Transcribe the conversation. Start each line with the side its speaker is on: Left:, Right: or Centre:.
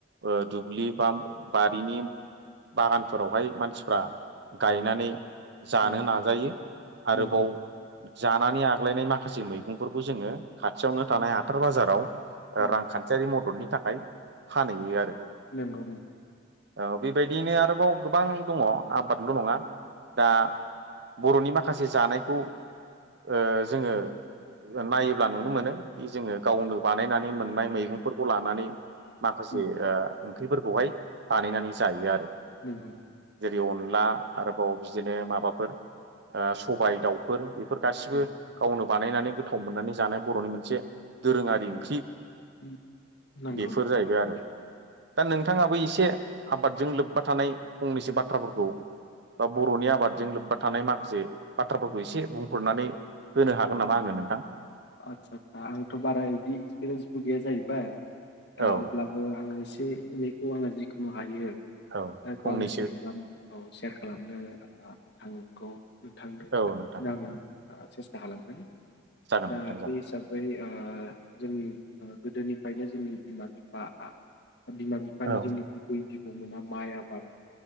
Right: ओ दुब्लि बा बारिनि बागानफोरावहाय मानसिफ्रा गायनानै जानो
Left: औ
Right: नाजायो
Left: नंगौ
Right: आरोबाव जानानै आग्लायनाय माखासे मैगंफोरखौ जोङो खाथियावनो थानाय हाथार बाजाराव
Left: औ
Right: रांखान्थियारि मददनि थाखाय फानहैयो आरो
Left: नंगौ नोंगौ
Right: औ बेबायदियैनो आरोबाव गोबां दङ आबादल' नङा दा बर'नि माखासे जानायखौ ओ जोङो नायोब्ला नुनो मोनो जोङो गावनो बानायनानै मोननाय मैगं खौ लानानै माखासे
Left: उम,
Right: ओ ओंख्रिफोरखौहाय बानायनानै जायो आरो
Left: <unintelligible>
Right: जेरै अनला आरोबाव बिदिनो माबाफोर ओ सबाय दाउफोर फोर गासिबो
Left: औ
Right: गावनो बानायनानै गोथाव मोननानै जानाय बर'नि मोनसे दोरोङारि ओंख्रि
Left: उम, नंगौ
Right: बेफोर
Left: नंगौ
Right: जाहैबाय आरो दा नोंथाङाबो एसे आबादजों लोब्बा थानाय फंनैसो बाथ्राफोरखौ बा बर'नि आबादजों लोब्बा थानाय माखासे बाथ्राफोरखौ एसे बुंफोरनानै होनो हागोन नामा आंनो नोंथां?
Left: आस्सा दा आंथ' बारा बिदि एक्सपिरियेन्सबो गैया जाहैबाय दा
Right: औ
Left: अब्लाबो आङो एसे एनैखौ आङो जिखुनु हायो जायखौ
Right: औ फंनैसो
Left: आङो सेयार खालामनो औ सेयार खालामनो <unintelligible> थांनो
Right: औ नोंथां
Left: दा आङो सेस्था खालामगोन
Right: जागोन
Left: दा
Right: नोंथां
Left: बे
Right: जागोन
Left: हिसाबै ओ जोंनि गोदोनिफ्रायनो जोंनि बिमा बिफा बिमा बिफानि
Right: औ
Left: जोंनि बिबै बिबौमोना माइ आबाद